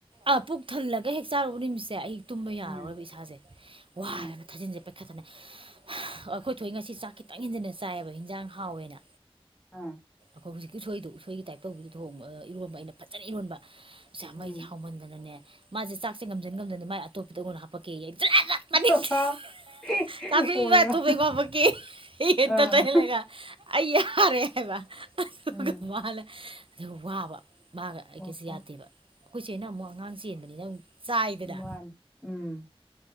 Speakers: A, on the right (about 60°); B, in the centre.
A: ꯑꯥ ꯄꯨꯛ ꯊꯜꯂꯒ ꯍꯦꯛ ꯆꯥꯔꯨꯕ ꯅꯨꯃꯤꯠꯁꯦ ꯑꯩ ꯇꯨꯝꯕ ꯌꯥꯔꯔꯣꯏꯕ
B: ꯎꯝ
A: ꯏꯁꯥꯖꯦ ꯋꯥꯔꯒ
B: ꯎꯝ
A: ꯊꯥꯖꯤꯟꯖꯦ ꯄꯩ ꯈꯠꯇꯅ ꯑꯩꯈꯣꯏ ꯊꯣꯏ ꯉꯁꯤ ꯆꯥꯛ ꯈꯤꯇꯪ ꯍꯦꯟꯖꯟꯅ ꯆꯥꯏꯑꯕ ꯍꯤꯟꯖꯥꯡ ꯍꯥꯎꯋꯦꯅ
B: ꯑꯥ
A: ꯑꯈꯣꯏ ꯍꯨꯖꯤꯛꯀꯤ ꯎꯁꯣꯏꯗꯨ ꯎꯁꯣꯏꯒꯤ ꯇꯥꯏꯞ ꯇꯧꯕꯤꯗꯣ ꯊꯣꯡꯕ ꯑꯥ ꯏꯔꯣꯟꯕ ꯑꯩꯅ ꯐꯖꯅ ꯏꯔꯣꯟꯕ <unintelligible>
B: ꯎꯝ
A: ꯍꯥꯎꯃꯟꯗꯅꯅꯦ ꯃꯥꯖꯦ ꯆꯥꯛꯁꯦ ꯉꯝꯖꯟ ꯉꯝꯗꯅ ꯃꯥꯏ ꯑꯇꯣꯠꯄꯗꯣ ꯑꯩꯉꯣꯟꯗ ꯍꯥꯄꯛꯀꯦꯌꯦ ꯆꯥꯅꯤꯡꯗꯦ
B: <unintelligible>
A: <unintelligible>
B: ꯍꯣꯏꯃ ꯑꯥ
A: ꯑꯩ ꯌꯥꯔꯦ ꯍꯥꯏꯕ ꯑꯗꯨꯒ
B: ꯎꯝ
A: ꯃꯥꯅ ꯑꯗꯨ ꯋꯥꯕ ꯃꯥꯒ ꯑꯩꯒꯁꯦ
B: ꯑꯣ
A: ꯌꯥꯗꯦꯕ ꯑꯩꯈꯣꯏ ꯆꯦꯅ ꯑꯃꯨꯛ ꯑꯉꯥꯡ ꯆꯦꯟꯕꯅꯤꯅ ꯑꯃꯨꯛ ꯆꯥꯏꯗꯅ
B: ꯃꯥꯟ ꯎꯝ